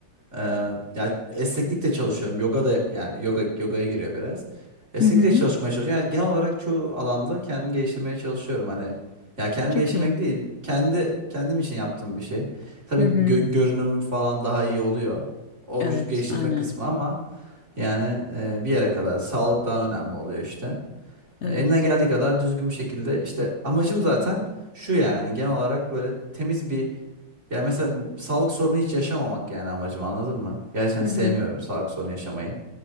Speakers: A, on the right (about 40°); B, on the left (about 85°).
A: ee, ya esneklikle çalışıyorum. Yoga da yani yoga yogaya giriyor biraz. Esneklikle
B: Hı hı.
A: çalışmaya çalışıyorum. Yani genel olarak çoğu alanda kendimi geliştirmeye çalışıyorum. Hani ya kendimi
B: Çok
A: geliştirmek
B: iyi.
A: değil, kendi kendim için yaptığım bir şey. Tabii
B: Hı
A: gö-
B: hı.
A: görünüm falan daha iyi oluyor. O
B: Evet
A: vücut geliştirme
B: aynen.
A: kısmı ama yani e, bir yere kadar sağlık daha önemli oluyor işte.
B: Evet.
A: E, elimden geldiği kadar düzgün bir şekilde işte amacım zaten şu yani genel olarak böyle temiz bir yani mesela sağlık sorunu hiç yaşamamak yani amacım anladın mı? Gerçekten
B: Hı
A: sevmiyorum
B: hı.
A: sağlık sorunu yaşamayı.